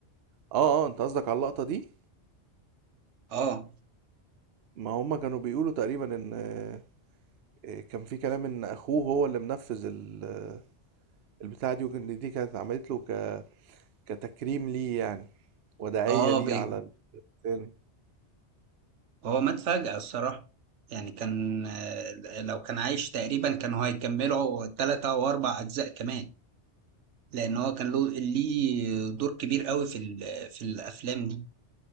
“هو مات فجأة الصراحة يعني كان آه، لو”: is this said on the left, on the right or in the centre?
Right